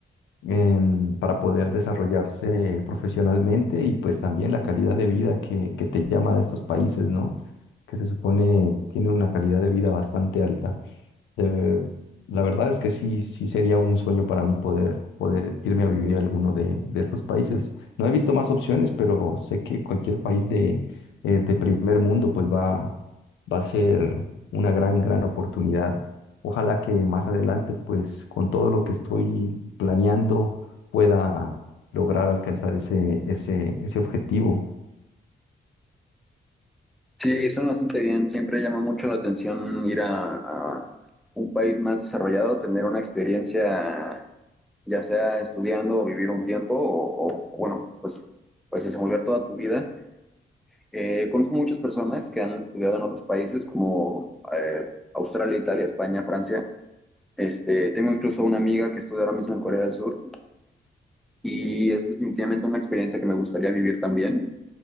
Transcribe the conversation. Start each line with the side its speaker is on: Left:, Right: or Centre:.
Left: em, para poder desarrollarse profesionalmente y pues también la calidad de vida que, que te llama de estos países, ¿no? Que se supone tiene una calidad de vida bastante alta de- la verdad es que sí, sí sería un sueño para mí poder, poder irme a vivir a alguno de, de estos países. No he visto más opciones, pero sé que cualquier país de, eh, de primer mundo pues va, va a ser una gran, gran oportunidad. Ojalá que más adelante pues con todo lo que estoy planeando pueda lograr alcanzar ese, ese, ese objetivo.
Centre: Sí, suena bastante bien. Siempre llama mucho la atención ir a, a un país más desarrollado, tener una experiencia ya sea estudiando o vivir un tiempo o, o- o bueno, pues, pues desenvolver toda tu vida. Eh, conozco muchas personas que han estudiado en otros países como eh, Australia, Italia, España, Francia. Este, tengo incluso una amiga que estudia ahora mismo en Corea del Sur y es definitivamente una experiencia que me gustaría vivir también.